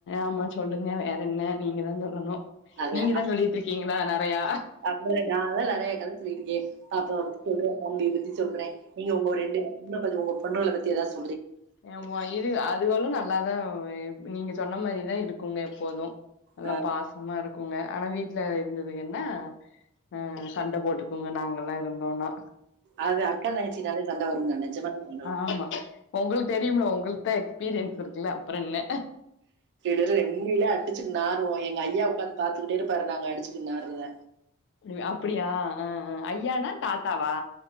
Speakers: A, on the left (about 55°); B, on the right (about 50°).
A: ஆமா சொல்லுங்க வேற என்ன நீங்கதா சொல்லணு
B: அதா
A: நீங்கதா சொல்லிட்டு இருக்கீங்களா நெறையா
B: அப்புறோ நாதா நறையா கத சொல்லிட்ருக்கே அப்புறோ சொல்றா தம்பிய பத்தி சொல்றே நீங்க உங்க ரெண்டு <unintelligible> பொண்ணுகள பத்தி எதாவதுஸ்
A: ஆமா இது அதுகளலு நல்லாதா நீங்க சொன்ன மாரிதா இருக்குங்க எப்போது நல்லா
B: ஆ
A: பாசமா இருக்குங்க ஆனா வீட் வீட்ல இருந்ததுங்கன்னா அ சண்ட போட்டுக்குங்க நாங்க எல்லா இருந்தோனா
B: அது அக்கா தங்கச்சி நாலே சண்ட வருங்க நெஜமாலுமோ சண்ட வரு
A: ஆமா உங்களுக்கு தெரியும்ல உங் உங்களுக்குதா எக்ஸ்பீரியன்ஸ் இருக்குல்ல அப்புறோ என்ன
B: பேரும் உண்மையிலே அடிச்சுக்கிட்டு நாறுவோம். எங்க ஐயா உக்காந்து பாத்துக்கிட்டே இருப்பாரு நாங்க அடுச்சுட்டு நார்றத
A: நீங்க அப் அப்டியா ஆ ஆ ஐயானா தாத்தாவா